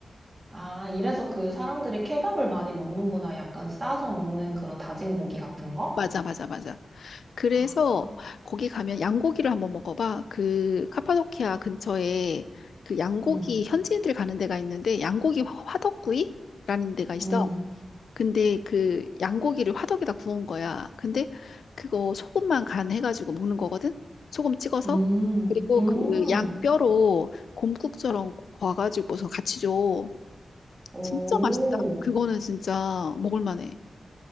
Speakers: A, on the right; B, on the left.
A: 아, 이래서 그 사람들이 케밥을 많이 먹는구나. 약간 싸서 먹는 그런 다진 고기 같은 거?
B: 맞아 맞아 맞아. 그래서
A: 아.
B: 거기 가면 양고기를 한번 먹어봐. 그 카파도키아 근처에 그 양고기
A: 음.
B: 현지인들 가는 데가 있는데 양고기 화- 화덕구이라는 데가 있어.
A: 음.
B: 근데 그 양고기를 화덕에다 구운 거야. 근데 그거 소금만 간 해가지고 먹는 거거든. 소금 찍어서.
A: 음.
B: 그리고
A: 음.
B: 그 양 뼈로 곰국처럼 구워가지고서 같이 줘.
A: 오.
B: 진짜 맛있다. 그거는 진짜 먹을 만해.